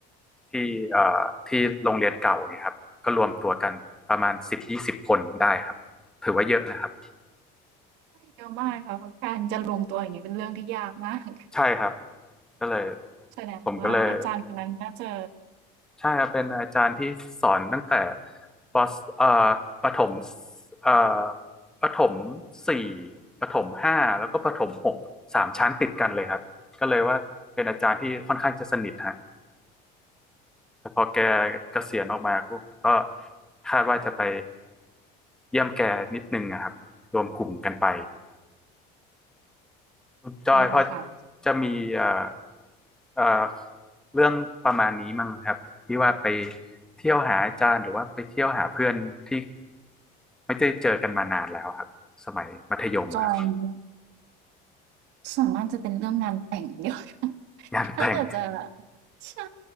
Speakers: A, in the centre; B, on the right.
A: ที่เอ่อที่โรงเรียนเก่าเนี่ยครับก็รวมตัวกันประมาณสิบยี่สิบคนได้ครับถือว่าเยอะนะครับ
B: ใช่เยอะมากค่ะเพราะการจะรวงตัวอย่างงี้เป็นเรื่องที่ยากมาก
A: ใช่ครับก็เลย
B: แสดงว่าอาจารย์คนนั้นน่าจะ
A: ผมก็เลย ใช่ครับเป็นอาจารย์ที่สอนตั้งแต่ปสเอ่อประถมเอ่อประถมสี่ประถมห้าแล้วก็ประถมหกสามชั้นติดกันเลยครับก็เลยว่าเป็นอาจารย์ที่ค่อนข้างจะสนิทฮะแต่พอแกเกษียณออกมาปุ๊บก็คาดว่าจะไปเยี่ยมแกนิดนึงนะครับรวมกลุ่มกันไป คุณจอยพอ
B: ดีเลยค่ะ
A: จะมีเอ่อเอ่อเรื่องประมาณนี้มั้งครับที่ว่าไปเที่ยวหาอาจารย์หรือว่าไปเที่ยวหาเพื่อนที่ไม่ได้เจอกันมานานแล้วครับสมัยมัธยมครับ
B: ของจอยเนี่ยส่วนมากจะเป็นเรื่องงานแต่งเดียอะ <laughs>
A: งานแต่ง
B: ถ้าเกิดจะใช่